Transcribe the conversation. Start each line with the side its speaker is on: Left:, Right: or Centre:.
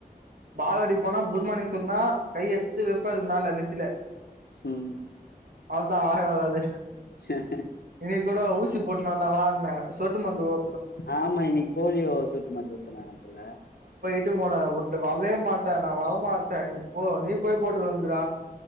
Right: பால்வாடி போனா குட் மார்னிங் சொன்னா கை எடுத்து வைப்பாது மேல நெத்தில
Left: ம்
Right: அதா வாய் வராது
Left: சே சரி
Right: இன்னைக்கு கூட ஊசி போட்டுனுவல்லா வான்னே சொட்டு மருந்து ஊ
Left: ஆமா இன்னைக்கு போலியோ சொட்டுமருந்து ஊத்துனாங்க போல
Right: விட்டு போன ஓன்ட வரவே மாட்டே நான் வரமாட்டே நீ போ நீ போய் போட்டுட்டுகோங்குறா